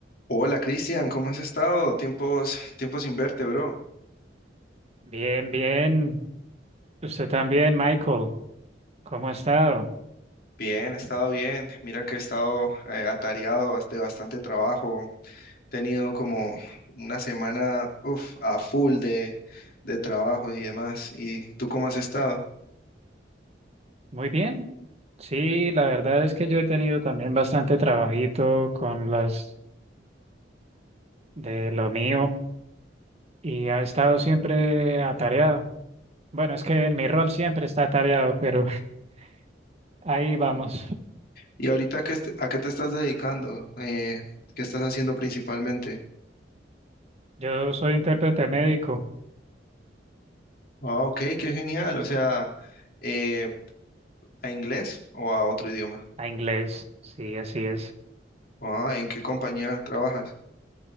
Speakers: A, on the left; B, on the right.
A: Hola Cristian, ¿cómo has estado? Tiempos, tiempos sin verte, bro.
B: Bien, bien. Usted también, Michael. ¿Cómo ha estado?
A: Bien, he estado bien. Mira que he estado eh, atareado bas- de bastante trabajo. He tenido como una semana uf, a full de, de trabajo y demás. ¿Y tú cómo has estado?
B: Muy bien. Sí, la verdad es que yo he tenido también bastante trabajito con las de lo mío y ha estado siempre atareado. Bueno, es que en mi rol siempre está atareado, pero <laughs> ahí vamos.
A: ¿Y ahorita qué, est- a qué te estás dedicando? Eh, ¿qué estás haciendo principalmente?
B: Yo soy intérprete médico
A: Ah, ok, qué genial. O sea, eh, ¿a inglés o a otro idioma?
B: a inglés. Sí, así es.
A: Ah, ¿en qué compañía trabajas?